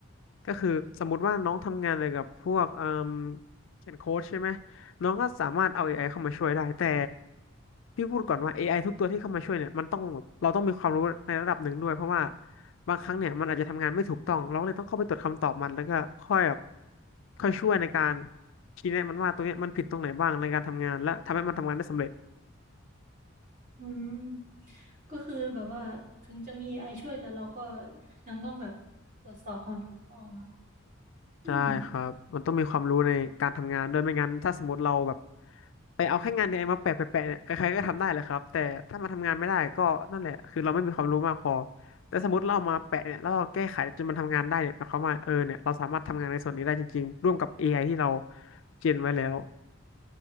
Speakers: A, on the left; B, on the right.
A: ก็คือสมมุติว่าน้องทำงานเกี่ยวกับพวกเอ่มเขียนโค้ดใช่ไหมน้องก็สามารถเอา a อไอเข้ามาช่วยได้แต่พี่พูดก่อนว่า AI ทุกตัวที่เข้ามาช่วยเนี่ยมันต้องเราต้องมีความรู้ในระดับหนึ่งด้วยเพราะว่า บางครั้งเนี่ยมันอาจจะทำงานไม่ถูกต้องเราก็เลยต้องเข้าไปตรวจคำตอบมันแล้วก็ค่อยแบบค่อยช่วยในการชี้แนะมันว่าตรงเนี้ยมันผิดตรงไหนบ้างในการทำงานและทำให้มันทำงานได้สำเร็จ
B: อืม ก็คือแบบว่าถึงจะมี AI ช่วยแต่เราก็ยังต้องแบบตรวจสอบความถูกต้องเนาะอืม
A: ใช่ครับมันต้องมีความรู้ในการทำงานด้วยไม่งั้นถ้าสมมติเราแบบไปเอาแค่งานในไอมาแปะแปะแปะเนี่ยใครๆก็ทำได้แหละครับแต่ถ้ามาทำงานไม่ได้ก็นั่นแหละคือเราไม่มีความรู้มากพอแต่สมมติเราเอามาแปะเนี่ยแล้วเราแก้ไขจนมันทำงานได้เนี่ยหมายความว่าเออเนี่ยเราสามารถทำงานในส่วนนี้ได้จริงๆร่วมกับเอไอที่เราเจนไว้แล้ว